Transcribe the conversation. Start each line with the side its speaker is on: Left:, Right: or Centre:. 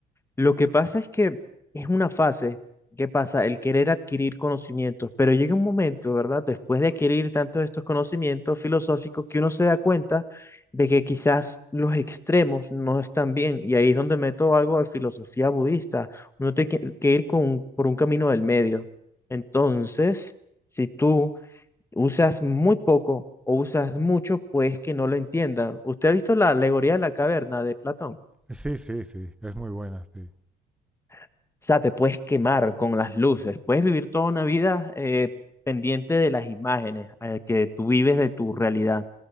Left: Lo que pasa es que es una fase. ¿Qué pasa? El querer adquirir conocimientos, pero llega un momento, ¿verdad? Después de adquirir tantos de estos conocimientos filosóficos que uno se da cuenta de que quizás los extremos no están bien. Y ahí es donde meto algo de filosofía budista. Uno tiene que, que ir con, por un camino del medio. Entonces, si tú usas muy poco o usas mucho, pues que no lo entiendan. ¿Usted ha visto la alegoría de la caverna de Platón?
Centre: Sí, sí, sí, es muy buena, sí.
Left: O sea, te puedes quemar con las luces, puedes vivir toda una vida eh, pendiente de las imágenes eh, que tú vives de tu realidad.